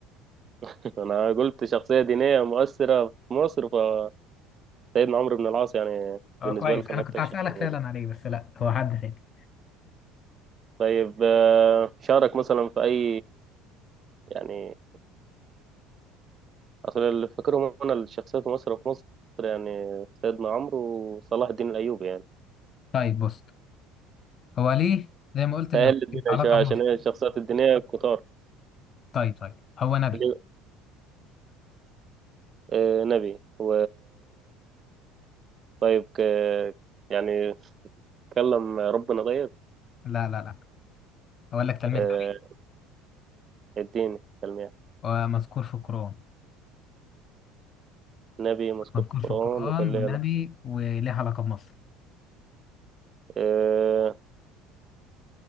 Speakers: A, on the right (about 30°); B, on the left (about 35°).
A: <laughs> انا قلت شخصيه دينيه مؤثره في مصر فسيدنا عمرو بن العاص يعني
B: هو
A: بالنسبة
B: كويس
A: لي كان
B: أنا
A: أكتر
B: كنت هسألك
A: شخصية
B: فعلا عليه بس لا هو حد تاني
A: طيب آه، شارك مثلا في أي يعني أصل اللي فاكرهم أنا الشخصيات مصر في مصر يعني سيدنا عمرو وصلاح الدين الأيوبي يعني
B: طيب بص هو ليه زي ما قلت إن
A: سهل
B: هو
A: الدنيا
B: ليه علاقة
A: شوية
B: بمصر
A: عشان هي الشخصيات الدينية كتار
B: طيب طيب هو نبي
A: اللي- آه، نبي و طيب ك... يعني كلم ربنا طيب
B: لا لا لا أقول لك تلميح
A: آه،
B: تاني
A: اديني تلميح
B: هو مذكور في القرآن
A: نبي مذكور
B: مذكور
A: في القرآن
B: في القرآن
A: وكان
B: ونبي
A: ليه علاقة
B: وليه علاقة بمصر
A: آه،